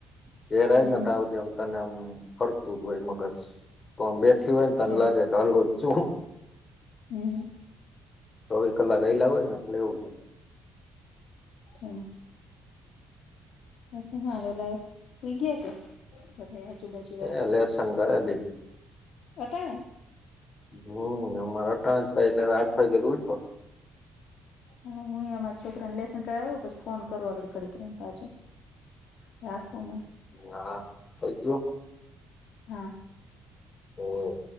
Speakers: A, on the left; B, on the left.
A: ઘેરયને
B: હમ
A: ત આવ ત્યા તને આમ ફરતું જ હોય મગજ તો બેઠી હોય ને તને
B: છે
A: લાગે કે હાલુ છું.
B: હમ્મ હામ.
A: ચોવીસ કલાક એઈલા હોય ને એટલે એવું થાય.
B: <unintelligible> <unintelligible> હુઈ ગયા કે. બધા એ હજુબજુ વારા
A: એ લેસન કરે બેય
B: વટાણ.
A: હમ્મ ને અમારા ત્યાજ થાયને રાત ભર જગ ઉજ પડે.
B: <inaudible> હા હું અહીંયા અમારા છોકરા ને લેસન કરાવુ પછી ફોન કરું આગળ ઘડીકડીને પાછો. રાખવા મને.
A: હા થઈ ગયો.
B: હા.
A: હમ્મ.